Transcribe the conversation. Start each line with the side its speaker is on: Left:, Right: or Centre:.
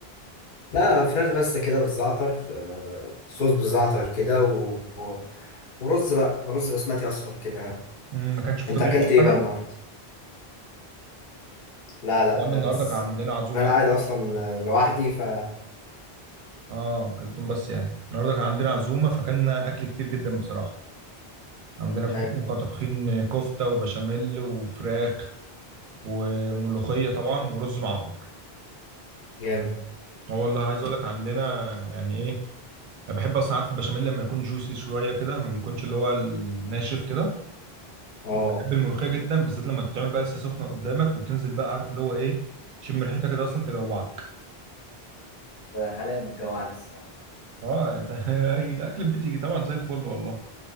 Left: لا فراخ بس كده بالزعتر آه، صوص بالزعتر كده و... و- ورز بقى رز بسمتي اصفر كده
Right: امم ما كانش في
Left: انت
Right: طبيخ
Left: اكلت
Right: او
Left: ايه
Right: حاجه
Left: بقى النهارده لا
Right: بس
Left: لا
Right: يا عم
Left: ده
Right: النهارده
Left: بس
Right: كان عندنا عزومه
Left: إن انا
Right: اصلا
Left: قاعد اصلا آه، لوحدي ف
Right: اه كلتهم بس يعني النهارده كان عندنا عزومه فكلنا اكل كتير جدا بصراحه عندنا في
Left: حلو
Right: البيت كنا طابخين كفته وبشاميل وفراخ وملوخيه طبعا ورز معمر
Left: جامد
Right: اه والله عايز اقول لك عندنا يعني ايه انا بحب اصلا عارف البشاميل لما يكون جوسي شويه كده ما بيكونش اللي هو الناشف كده
Left: اه
Right: وبحب الملوخيه جدا بالذات لما تتعمل بقى لسه سخنه قدامك وتنزل بقى عارف اللي هو ايه تشم ريحتها كده اصلا تجوعك
Left: حاليا بتجوعني الصراحة
Right: اه انت <laughs> أي الاكل بتيجي طبعا زي الفل والله